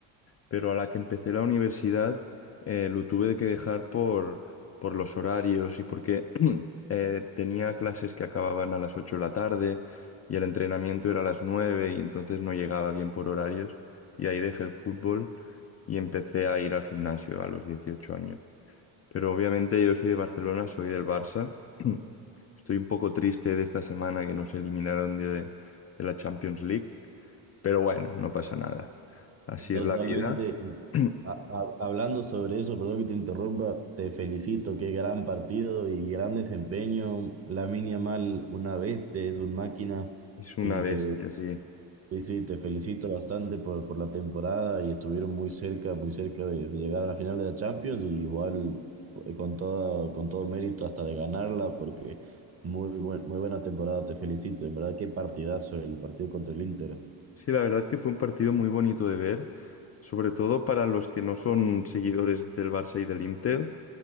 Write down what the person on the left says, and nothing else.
pero a la que empecé la universidad eh, lo tuve que dejar por, por los horarios y porque <clears throat> eh, tenía clases que acababan a las 8 de la tarde y el entrenamiento era a las 9 y entonces no llegaba bien por horarios y ahí dejé el fútbol y empecé a ir al gimnasio a los 18 años. Pero obviamente yo soy de Barcelona, soy del Barça. <clears throat> Estoy un poco triste de esta semana que nos eliminaron de, de la Champions League, pero bueno, no pasa nada. Así
es la vida. <clears throat>
Es una
bestia,
sí.
Sí, la verdad que fue un partido muy bonito de ver, sobre todo para los que no son seguidores del Barça y del Inter,